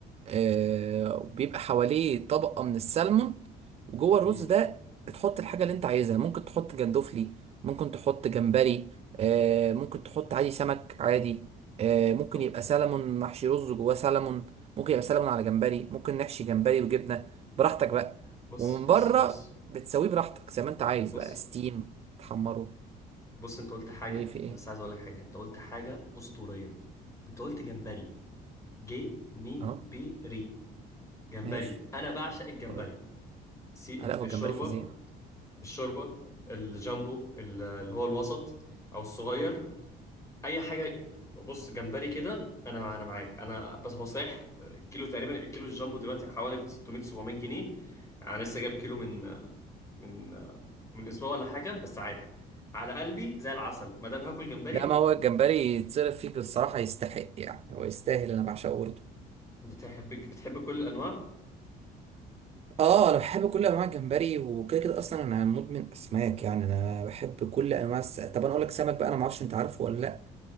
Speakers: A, on the right; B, on the left.
A: آه، وبيبقى حواليه طبقة من السلمون وجوه
B: امم
A: الرز ده بتحط الحاجة اللي انت عايزها ممكن تحط جندوفلي ممكن تحط جمبري آه، ممكن تحط عادي سمك عادي آه، ممكن
B: طب
A: يبقى سلمون محشي رز جواه سلمون ممكن يبقى سلمون على جمبري ممكن نحشي جمبري وجبنة براحتك بقى
B: بص
A: ومن
B: بص
A: بره
B: بص
A: بتسويه براحتك زي ما انت عايز
B: بص
A: بقى ستيم تحمره
B: بص انت قلت حاجة
A: ايه في ايه
B: انا بس عايز اقول لك حاجة انت قلت حاجة أسطورية انت قلت جمبري جي مي
A: اه
B: بي ري جمبري
A: ماشي
B: انا بعشق الجمبري
A: طيب
B: سي
A: آه، لا
B: في
A: هو
B: الشوربة
A: الجمبري فظيع
B: في الشوربة الجامبو ال- اللي هو الوسط او الصغير اي حاجة بص جمبري كده انا انا معاك انا بس هو صحيح كيلو تقريبا الكيلو الجامبو دلوقتي حوالي 600 700 جنيه يعني انا لسه جايب كيلو من من من اسبوع ولا حاجه بس عادي على قلبي زي العسل ما دام هاكل جمبري
A: لا ما هو الجمبري يتصرف فيك الصراحة يستحق يعني هو يستاهل أنا بعشقه برضه
B: بتحب بتحب كل الانواع
A: اه انا بحب كل انواع الجمبري وكده كده اصلا انا مدمن اسماك يعني انا بحب كل انواع الس... طب انا اقول لك سمك بقى انا ما اعرفش انت عارفه ولا لا